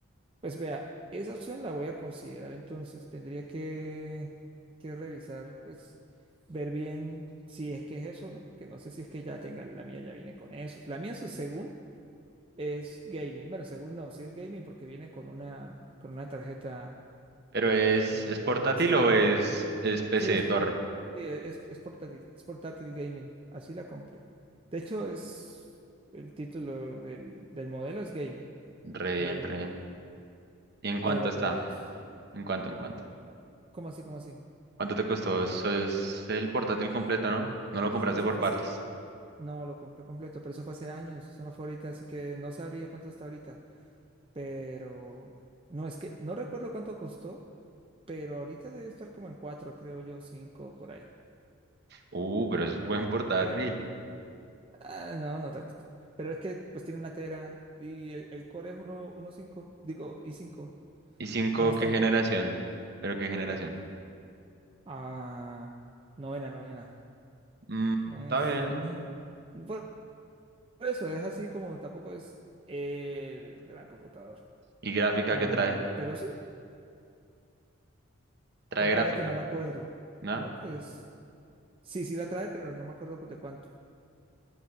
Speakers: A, on the right; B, on the right.
A: Pues vea, esa opción la voy a considerar. Entonces, tendría que, que revisar, pues, ver bien si es que es eso, ¿no? Porque no sé si es que ya tenga, la mía ya viene con eso. La mía, se- según, es gaming. Bueno, según no, sí es gaming porque viene con una, con una tarjeta,
B: pero es,
A: con
B: ¿es portátil
A: la, la aceleradora.
B: o es, es PC
A: Sí, es,
B: de torre?
A: po- sí, es, es portátil, es portátil gaming, así la compré. De hecho, es el título del, del modelo es gaming,
B: Re
A: eh,
B: bien, re bien. ¿Y en cuánto
A: pero
B: está?
A: pues,
B: ¿En cuánto, en cuánto?
A: ¿cómo así, cómo así?
B: ¿Cuánto te costó? Eso es el portátil
A: Ay,
B: completo, ¿no? No lo compraste
A: es que eso
B: por
A: fue
B: partes.
A: hace, no, lo compré completo, pero eso fue hace años, eso no fue ahorita, así que no sabría cuánto está ahorita, pero no, es que no recuerdo cuánto costó, pero ahorita debe estar como en cuatro, creo yo, cinco, por ahí,
B: Uh, pero es buen portátil.
A: creo. Ah, no, no tanto. Pero es que pues tiene una tera y el, el core es uno uno cinco digo, i cinco
B: ¿Y 5
A: No es
B: qué
A: tampoco.
B: generación? ¿Pero qué generación?
A: eh, Ah, novena, novena.
B: Mm,
A: No es,
B: está bien.
A: no es- <laughs> Por por eso es así como tampoco es el gran computador.
B: ¿Y gráfica
A: Ah,
B: qué trae?
A: pero sí,
B: Trae
A: o
B: gráfica,
A: vea que no me acuerdo.
B: ¿no?
A: Creo que es. Sí, sí la trae, pero no me acuerdo de cuánto.